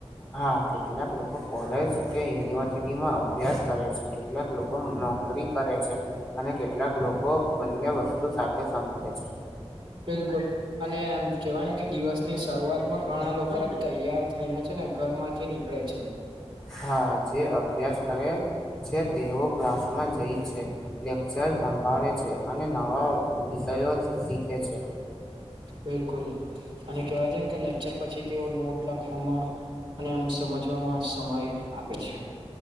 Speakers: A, in the centre; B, on the right.
A: હા કેટલાક લોકો કોલેજ કે યુનિવર્સિટીમાં અભ્યાસ કરે છે કેટલાક લોકો નોકરી કરે છે અને કેટલાક લોકો બંને વસ્તુ સાથે સાંભળે છે
B: બિલકુલ અને એમ કેવાય ને કે દિવસની શરૂઆતમાં ઘણા લોકો તૈયાર થઈને છે ને ઘર માંથી નીકળે છે
A: હા જે અભ્યાસ કરે છે તેઓ ક્લાસમાં જઈ છે. લેક્ચર સંભાળે છે અને નવા વિષયો શીખે છે.
B: બિલકુલ અને કેવાય છેમ કે અછર પછી તેઓ નોટ લખવામાં અને એમ સમજવામાં સમય આપે છે.